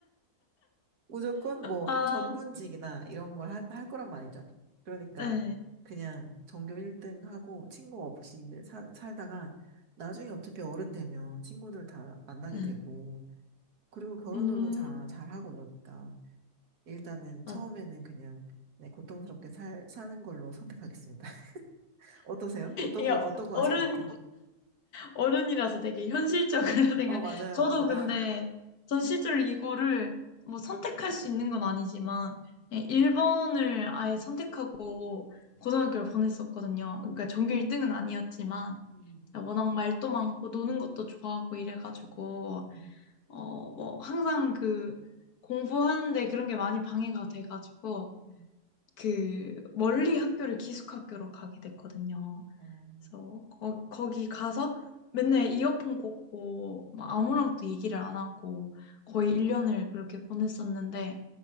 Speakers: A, on the right; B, on the left.
A: 무조건 뭐
B: 아,
A: 전문직이나 이런 걸 할, 할 거란 말이죠. 그러니까
B: 네.
A: 그냥 전교 1등 하고 친구 없이 살 살다가 나중에 어차피 어른 되면 친구들 다 만나게
B: 네.
A: 되고 그리고 결혼들도
B: 음,
A: 다 잘하고 이러니까 일단은
B: 맞-
A: 처음에는 그냥 네, 고통스럽게 살, 사는 걸로 선택하겠습니다. <laughs> 어떠세요? 어떤
B: 이게
A: 거, 어떤 거
B: 어른,
A: 하실 것 같아요?
B: 어른이라서 되게 현실적으로 <laughs> 생각,
A: 어, 맞아요,
B: 저도
A: 맞아.
B: 근데, 전 실제로 이거를 뭐 선택할 수 있는 건 아니지만, 1번을 아예 선택하고 고등학교를 보냈었거든요. 그러니까 전교 1등은 아니었지만,
A: 음,
B: 워낙 말도 많고 노는 것도 좋아하고 이래가지고,
A: 음,
B: 어, 뭐, 항상 그, 공부하는데 그런 게 많이 방해가 돼가지고,
A: 음.
B: 그, 멀리 학교를 기숙학교로 가게 됐거든요.
A: 어,
B: 그래서, 거, 거기 가서 맨날 이어폰 꽂고, 막 아무랑도 얘기를 안 하고, 거의 1년을 그렇게 보냈었는데,